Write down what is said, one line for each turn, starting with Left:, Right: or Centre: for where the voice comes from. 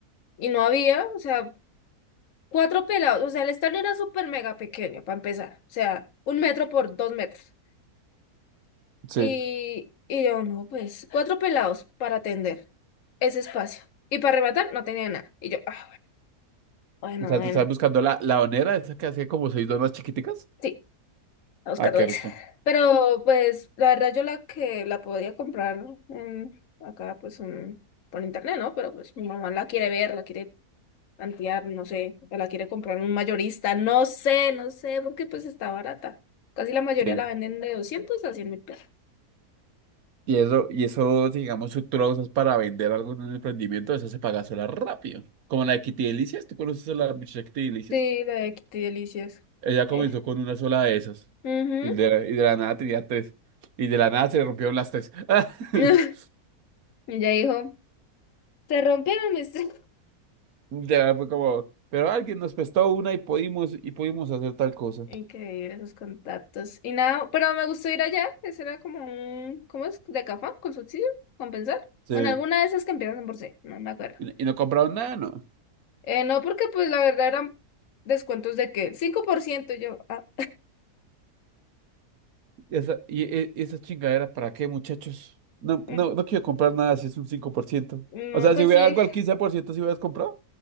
Left: y no había, o sea, Cuatro pelados, o sea, el estadio era súper mega pequeño para empezar, o sea, un metro por dos metros.
Right: Sí.
Left: Y, y yo, no, pues, cuatro pelados para atender ese espacio. Y para arrebatar no tenía nada. Y yo, ah, bueno,
Right: O sea,
Left: bueno,
Right: tú estás buscando la, la onera, esa que hace como seis donas chiquiticas.
Left: sí, a buscar
Right: Ah, qué
Left: eso.
Right: rico.
Left: Pero, pues, la verdad yo la que la podía comprar ¿no? en- acá, pues, un- por internet, ¿no? Pero, pues, mi mamá la quiere ver, la quiere tantear, no sé, o la quiere comprar un mayorista, no sé, no sé, porque pues está barata. Casi la mayoría
Right: Sí.
Left: la venden de 200 a cien mil pesos.
Right: Y eso, y eso, digamos, si tú lo usas para vender algo en un emprendimiento, eso se paga sola rápido. Como la de Kitty Delicias, ¿tú conoces a la muchacha Kitty Delicias?
Left: Sí, la de Kitty Delicias.
Right: Ella comenzó
Left: Eh.
Right: con una sola de esas.
Left: ujú.
Right: Y de, la- y de la nada tenía tres. Y de la nada se le rompieron las tres. <laughs>
Left: <laughs> Y ya dijo, se rompieron mis... <laughs> tre-".
Right: De fue como, pero alguien nos prestó una y pudimos, y pudimos hacer tal cosa.
Left: Increíble esos contactos. Y nada, pero me gustó ir allá. Ese era como un... ¿Cómo es? ¿De café? ¿Con subsidio? ¿Compensar?
Right: Sí.
Left: Bueno, alguna de esas que empiezan en por C, no me acuerdo.
Right: Y, y no compraron nada, ¿no?
Left: Eh, no, porque pues la verdad eran descuentos de que 5% yo... Ah,
Right: Y esa, y, e- esa chingadera, ¿para qué, muchachos? No,
Left: mm,
Right: no, no quiero comprar nada si es un cinco por ciento
Left: no,
Right: O sea,
Left: pues
Right: si hubiera
Left: sí.
Right: algo al 15% si hubieras comprado,